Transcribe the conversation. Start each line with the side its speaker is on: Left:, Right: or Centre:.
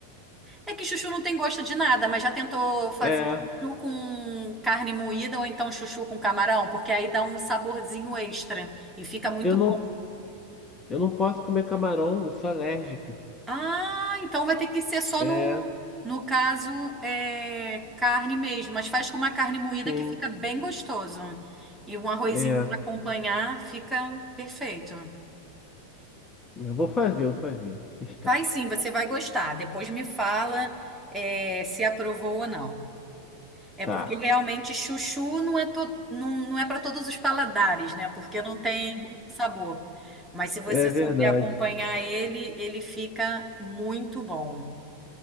Centre: É que chuchu não tem gosto de nada, mas já tentou fazer
Left: É.
Centre: chuchu com carne moída ou então chuchu com camarão? Porque aí dá um saborzinho extra e fica muito
Left: Eu não,
Centre: bom.
Left: eu não posso comer camarão, eu sou alérgico.
Centre: Ah, então vai ter que ser só
Left: É,
Centre: no, no caso, é, carne mesmo, mas faz com uma carne moída
Left: sim,
Centre: que fica bem gostoso. E um arrozinho
Left: é.
Centre: para acompanhar fica perfeito.
Left: Eu vou fazer, eu vou fazer. Testar.
Centre: Faz sim, você vai gostar. Depois me fala, é, se aprovou ou não. É
Left: Tá.
Centre: porque realmente chuchu não é, to... não, não é para todos os paladares, né? Porque não tem muito sabor. Mas se você
Left: É verdade.
Centre: souber acompanhar ele, ele fica muito bom.